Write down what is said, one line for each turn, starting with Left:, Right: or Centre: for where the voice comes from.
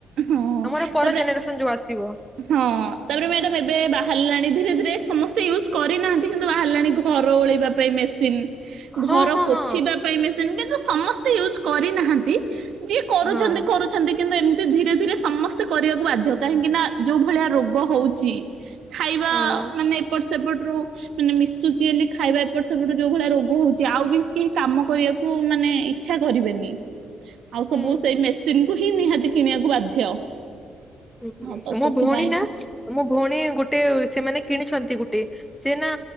Right: ହଁ
Centre: ଆମର ପର
Right: ତାପରେ
Centre: ଜେନେରେସନ ଯୋଉ ଆସିବ।
Right: ହଁ ତାପରେ ମ୍ୟାଡ଼ାମ ଏବେ ବାହାରିଲାଣି ଧୀରେ ଧୀରେ ସମସ୍ତେ ୟୁଜ୍ କରିନାହାନ୍ତି କିନ୍ତୁ ବାହାରିଲାଣି ଘର ଓଳେଇବା ମେସିନ୍
Centre: ହଁ
Right: ଘର
Centre: ହଁ
Right: ପୋଛିବା
Centre: ହଁ
Right: ପାଇଁ ମେସିନ୍ କିନ୍ତୁ ସମସ୍ତେ ୟୁଜୁ କରିନାହାନ୍ତି, ଯିଏ କରୁଛନ୍ତି
Centre: ହଁ
Right: କରୁ କିନ୍ତୁ ଏମିତି ଧୀରେ ଧୀରେ ସମସ୍ତେ କରିବାକୁ ବାଧ୍ୟ କାହିଁକି ନା ଯୋଉ ଭଳିଆ ରୋଗ ହଉଚି। ଖାଇବା
Centre: ହଁ
Right: ମାନେ ଏପଟ ସେପଟରୁ ମାନେ ମିଶୁଛି ହେଲେ ଖାଇବା ଏପଟ ସେପଟ ଯୋଉ ଭଳିଆ ରୋଗ ହଉଛି ଆଉ ବି କେହି କାମ କରିବାକୁ ମାନେ ଇ ଚ୍ଛା କରିବେନି ଆଉ ସବୁ
Centre: ହୁଁ
Right: ସେଇ ମେସିନ୍ କୁ ହିଁ ନିହାତି କିଣିବାକୁ ବାଧ୍ୟ।
Centre: <unintelligible>
Right: ହଁ ତ
Centre: ମୋ
Right: ସେଥିପାଇଁ
Centre: ଭଉଣୀ ନା ମୋ ଭଉଣୀ ଗୋଟେ ସେମାନେ କିଣିଛନ୍ତି ଗୋଟେ ସେନା